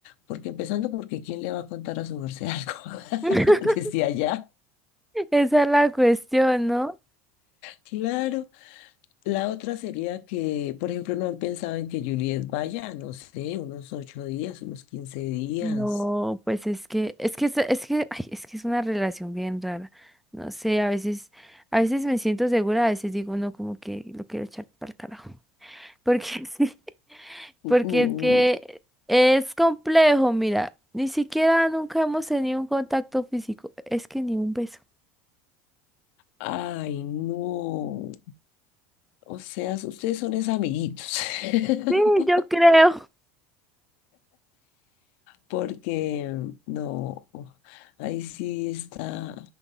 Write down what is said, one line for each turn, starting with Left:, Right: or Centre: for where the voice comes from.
Left: Porque empezando porque ¿quién le va a contar a su merced algo
Centre: <laughs>
Left: <laughs> desde allá?
Centre: Esa es la cuestión, ¿no?
Left: Claro. La otra sería que, por ejemplo, no han pensado en que Juliet vaya, no sé, unos ocho días, unos quince días.
Centre: No, pues es que, es que, es, es que, ay, es que es una relación bien rara. No sé, a veces, a veces me siento segura, a veces digo, no, como que lo quiero echar para el carajo. Porque <laughs> sí,
Left: Mm,
Centre: porque es que es complejo, mira, ni siquiera nunca hemos tenido un contacto físico, es que ni un beso.
Left: ay, no. O sea, ustedes son esos amiguitos. <laughs>
Centre: Sí, yo creo.
Left: porque mm, no, oh, ahí sí está.